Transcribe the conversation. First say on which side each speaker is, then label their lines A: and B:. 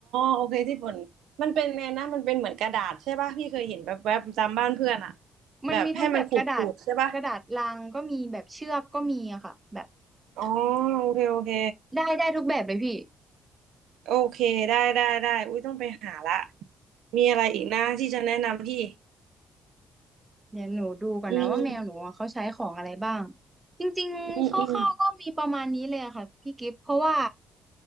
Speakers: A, on the right (about 85°); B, on the right (about 15°).
A: โอเคที่ฝุ่นมันเป็นไงนะมันเป็นเหมือนกระดาษใช่ป่ะพี่เคยเห็นแบบแวบๆตามบ้านเพื่อนอะ
B: มันมีทั้งแบบกระดาษกระดาษลังก็มีแบบเชือกก็มีอะค่ะแบบ
A: แบบให้มันขูดขูดใช่ป่ะอ๋อโอเคโอเค
B: ได้ได้ทุกแบบเลยพี่
A: โอเคได้ได้ได้อุ้ยต้องไปหาละมีอะไรอีกนะที่จะแนะนำพี่
B: เดี๋ยวหนูดูก่อนนะว่าแมวหนูอะเขาใช้ของอะไรบ้าง
A: อืม
B: จริงๆคร่าวๆก็มีประมาณนี้เลยอะค่ะพี่กิฟต์เพราะว่า
A: อืมอืม